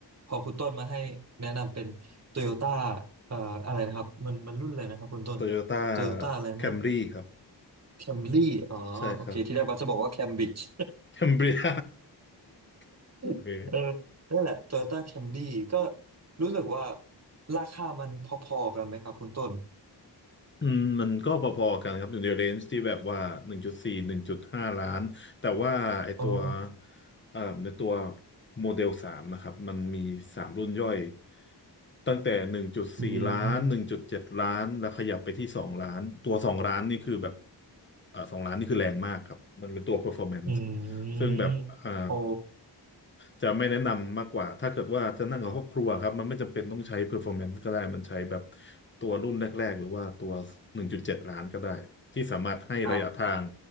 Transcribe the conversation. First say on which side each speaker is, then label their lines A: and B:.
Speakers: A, on the right; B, on the left.
A: พอคุณต้นมาให้แนะนำเป็นโตโยต้าเอ่ออะไรนะครับมันมันรุ่นเลยนะครับคุณต้น
B: โตโยต้า
A: โตโยต้าอะไรนะ
B: แคมรี่ครับ
A: แคมรี่อ๋อโอเคที่แรกบัสจะบอกว่าแคมบริดจ์
B: ใช่ครับแคมเบรีย <laughs> โอเค
A: <laughs> เออนั่นแหละโตโยต้าแคมรี่ก็รู้สึกว่าราคามันพอๆกันไหมครับคุณต้น
B: อืมมันก็พอๆกันครับอยู่ในเรนจ์ที่แบบว่าหนึ่งจุดสี่หนึ่งจุดห้าล้านแต่ว่าไอตัว
A: อ๋อ
B: เอ่อในตัวโมเดลสามนะครับมันมีสามรุ่นย่อยตั้งแต่หนึ่งจุดสี่ล้านหนึ่งจุดเจ็ดล้านแล้วขยับไปที่สองล้านตัวสองล้านนี่คือแบบ
A: อืม
B: เอ่อสองล้านนี่คือแรงมากครับมันเป็นตัว performance
A: อื
B: ซึ่งแบบอ่า
A: มโอ้
B: จะไม่แนะนำมากกว่าถ้าเกิดว่าจะนั่งกับครอบครัวครับมันไม่จำเป็นต้องใช้ performance ก็ได้มันใช้แบบตัวรุ่นแรกๆหรือว่าตัว 1.7 ล้านก็ได้ที่สามารถให้ระยะทาง
A: ครับ